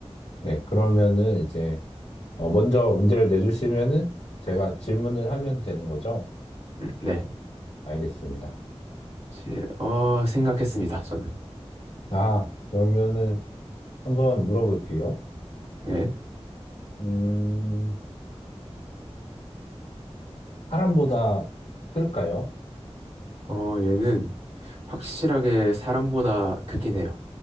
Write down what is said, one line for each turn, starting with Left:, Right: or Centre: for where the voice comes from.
Left: 네. 그러면은 이제, 어, 먼저 문제를 내주시면은 제가 질문을 하면 되는 거죠?
Right: 음, 네.
Left: 알겠습니다.
Right: 제, 어, 생각했습니다, 저는.
Left: 아, 그러면은 한번 물어볼게요.
Right: 네.
Left: 음, 사람보다 클까요?
Right: 어, 얘는 확실하게 사람보다 크긴 해요.